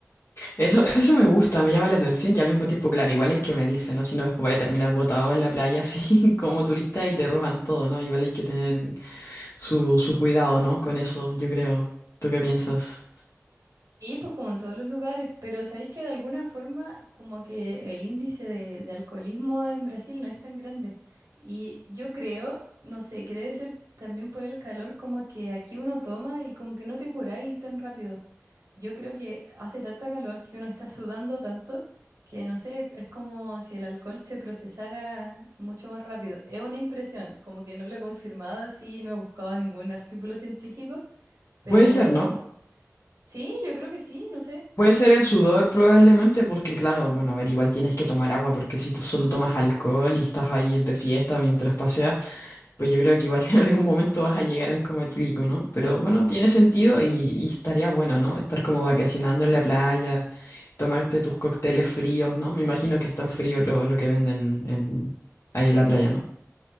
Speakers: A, on the left; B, on the right.
A: Eso, eso me gusta, me llama la atención y al mismo tiempo, claro, igual es que me dicen, ¿no? Si no, después voy a terminar botado en la playa así <laughs> como turista y te roban todo, ¿no? Igual hay que tener su, su cuidado, ¿no? Con eso, yo creo. ¿Tú qué piensas?
B: Sí, pues como en todos los lugares, pero sabéis que de alguna forma como que el índice de, de alcoholismo en Brasil no es tan grande. Y yo creo, no sé, que debe ser también por el calor, como que aquí uno toma y como que no te curáis tan rápido. Yo creo que hace tanta calor que uno está sudando tanto que no sé, es como si el alcohol se procesara mucho más rápido. Es una impresión, como que no lo he confirmado así, no he buscado ningún artículo científico, pero...
A: Puede ser, ¿no?
B: Sí, yo creo que sí, no sé.
A: Puede ser el sudor probablemente porque, claro, bueno, a ver, igual tienes que tomar agua porque si tú solo tomas alcohol y estás ahí de fiesta mientras paseas, Pues yo creo que igual <laughs> en algún momento vas a llegar al coma etílico, ¿no? Pero bueno, tiene sentido y, y estaría bueno, ¿no? Estar como vacacionando en la playa, tomarte tus cócteles fríos, ¿no? Me imagino que están fríos lo, lo que venden en- ahí en la playa, ¿no?